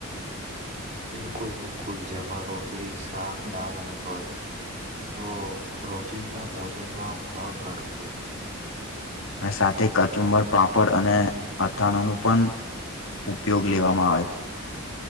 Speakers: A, on the right (about 35°); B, on the left (about 70°).
A: બિલકુલ, બિલકુલ જેમાં રોટલી, શાક, દાલ અને ભાત તો રોજિંદા ભોજનમાં ભાગ ગણાય જાય
B: અને સાથે કચુંબર પાપડ અને અથાણાનું પણ ઉપયોગ લેવામાં આવે છે